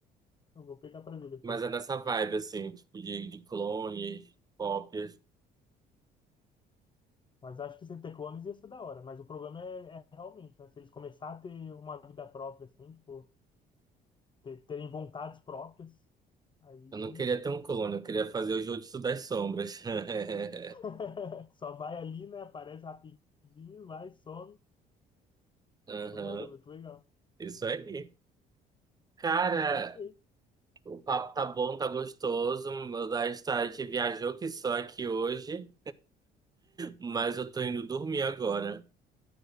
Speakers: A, on the left (about 30°); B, on the right (about 25°).
A: Eu vou pegar para ver depois.
B: Mas é nessa vibe, assim, tipo, de, de clones, cópias.
A: Mas acho que sem ter clones ia ser da hora. Mas o problema é, é realmente, né? Se eles começarem a ter uma vida própria, assim, tipo, ter- terem vontades próprias, aí
B: Eu não queria ter um clone, eu queria fazer o Jutsu das Sombras. <laughs>
A: <laughs> Só vai ali, né? Aparece rapidinho, vai, some.
B: Aham,
A: Então, Mas é muito legal.
B: Isso aí. Cara,
A: Ah, perfeito.
B: o papo tá bom, tá gostoso. Meu da gente viajou que só aqui hoje, mas eu tô indo dormir agora.